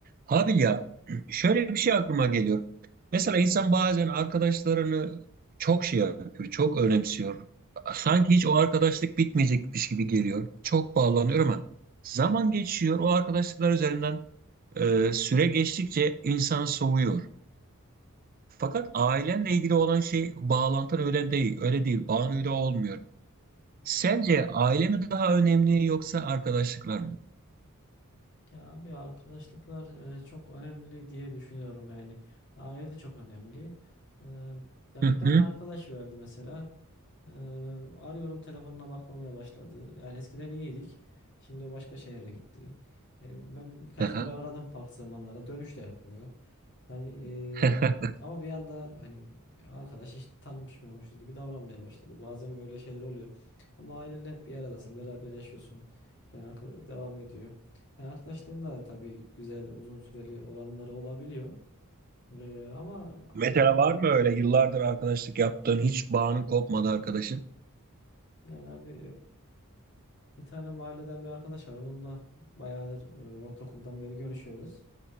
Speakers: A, on the right (about 40°); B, on the left (about 55°).
A: Abi ya şöyle bir şey aklıma geliyor. Mesela insan bazen arkadaşlarını çok şey yapıyor, çok önemsiyor. Sanki hiç o arkadaşlık bitmeyecekmiş gibi geliyor. Çok bağlanıyor ama zaman geçiyor. O arkadaşlıklar üzerinden e, süre geçtikçe insan soğuyor. Fakat ailenle ilgili olan şey bağlantın öyle değil. Öyle değil. Bağın öyle olmuyor. Sence aile mi daha önemli yoksa arkadaşlıklar mı?
B: Ya abi arkadaşlıklar e, çok önemli diye düşünüyorum yani. Aile de çok önemli. E, ya
A: Hı
B: bir tane
A: hı.
B: arkadaş verdi mesela. E, arıyorum telefonuna bakmamaya başladı. Yani eskiden iyiydik. Şimdi o başka şehre gitti. E, ben birkaç
A: Aha.
B: kere aradım farklı zamanlarda. Dönüş de yapmıyor. Yani
A: <laughs>
B: e, ama bir anda hani arkadaş hiç tanışmıyormuşuz gibi davranmaya başladı. Bazen böyle şeyler oluyor. Ama ailenle hep bir aradasın, beraber yaşıyorsun. Yani arkadaş devam ediyor. Ha, arkadaşların da tabii güzel uzun süreli olanları olabiliyor. Ee, ama
A: Mesela var mı öyle yıllardır arkadaşlık yaptığın hiç bağının kopmadı arkadaşın?
B: yani abi e, bir tane mahalleden bir arkadaş var. Onunla bayağıdır e, ortaokuldan beri görüşüyoruz.